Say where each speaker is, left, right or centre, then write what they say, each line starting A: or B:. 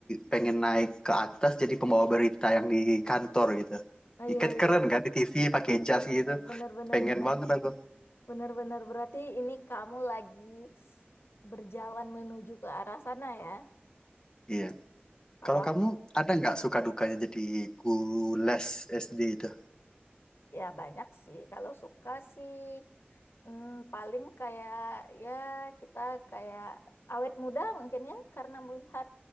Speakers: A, on the left (about 20°); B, on the left (about 80°).
A: pengen naik ke atas jadi pembawa berita yang di kantor gitu
B: oh iya
A: ikat
B: iya.
A: keren
B: iya.
A: kan di TV pakai
B: Benar
A: jas
B: benar
A: gitu
B: benar benar
A: pengen
B: benar.
A: banget aku
B: Benar benar berarti ini kamu lagi berjalan menuju ke arah sana ya.
A: iya
B: Kalau
A: kalau kamu ada nggak suka dukanya jadi guru les SD itu
B: Ya banyak sih. Kalau suka sih hmm, paling kayak ya kita kayak awet muda mungkin ya karena melihat